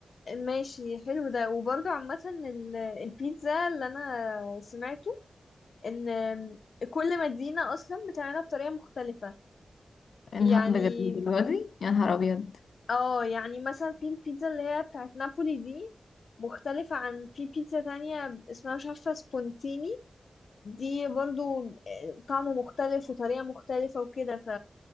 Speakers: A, on the left (about 70°); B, on the left (about 80°).
A: ماشي حلو ده وبرضه عامة ال- البيتزا اللي أنا سمعته إن كل مدينة أصلا بتعملها بطريقة مختلفة
B: إنها-
A: يعني
B: بجد الدرجة دي؟ يا نهار ابيض
A: اه يعني مثلا في البيتزا اللي هي بتاعت نابولي دي مختلفة عن في بيتزا تانية اسمها مش عارفة سبونتيني دي برضو آه، طعم مختلف وطريقة مختلفة وكده ف-